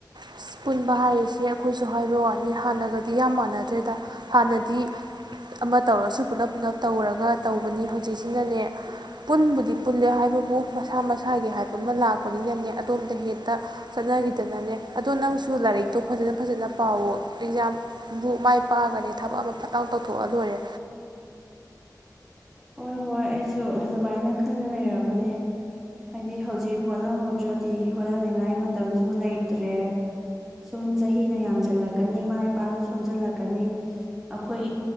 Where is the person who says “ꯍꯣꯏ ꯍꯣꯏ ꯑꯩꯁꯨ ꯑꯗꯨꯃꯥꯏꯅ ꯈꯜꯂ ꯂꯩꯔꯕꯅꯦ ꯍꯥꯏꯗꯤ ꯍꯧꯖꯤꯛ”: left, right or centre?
Centre